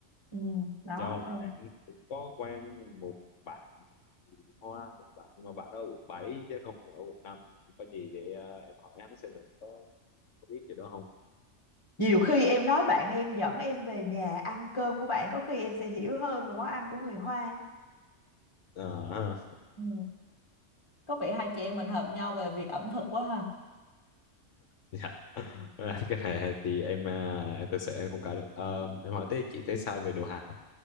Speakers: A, on the left (about 25°); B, on the left (about 75°).
A: ừ, đó
B: do là
A: thì
B: em cũng có quen một bạn người Hoa một bạn nhưng mà bạn đó ở quận 7 chứ không ở quận 5 có gì để ờ, em hỏi hắn xem được có, có biết gì đó không
A: nhiều khi em nói bạn em dẫn em về nhà ăn cơm của bạn có khi em sẽ hiểu hơn về món ăn của người Hoa
B: Ờ ha.
A: ừ. có vẻ hai chị em mình hợp nhau về việc ẩm thực quá ha
B: dạ À, cái này thì em à, em thực sự em không cãi được Ờ, em hỏi tới chị thấy sao về đồ Hàn